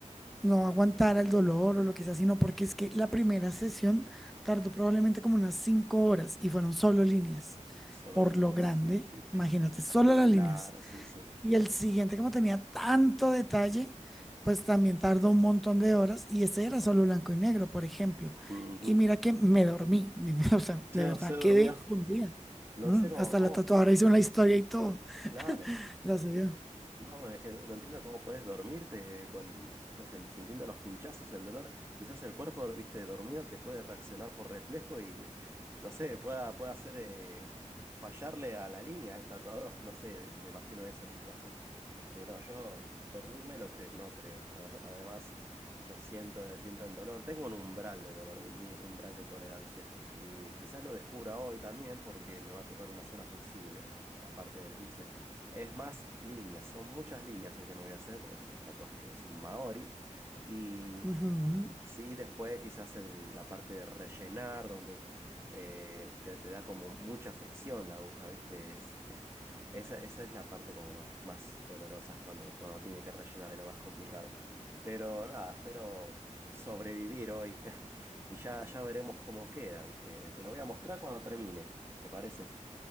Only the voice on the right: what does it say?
Solo
líneas.
<clears throat>
Claro,
sí, sí.
Ujú.
Entonces
se durmió.
No
sé cómo,
cómo.
Claro.
No, es que no no entiendo cómo podés dormirte con, o sea, sen- sintiendo los pinchazos, el dolor. Quizás el cuerpo, viste, dormido te puede reaccionar por reflejo y, no sé, pueda, pueda hacer eh, fallarle a la línea al tatuador. <laughs> No sé, me imagino esa situación. Este, no, yo dormirme lo cre- no creo. <laughs> A- Además, yo siento, siento el dolor. Tengo un umbral de dolor, un mi umbral de tolerancia. Y quizás lo descubra hoy también porque me va a tocar una zona sensible, la parte del bíceps. Es más líneas, son muchas líneas el que me voy a hacer, porque es un tatuaje, es un maori. Y
sí, después quizás el- la parte de rellenar, donde eh, te, te da como mucha fricción la aguja, ¿viste? Es, <laughs> esa, esa es la parte como más, más dolorosa cuando, cuando tiene que rellenar, es lo más complicado. Pero nada, espero sobrevivir hoy <laughs> y ya, ya veremos cómo queda, ¿viste? Te lo voy a mostrar cuando termine, ¿te parece?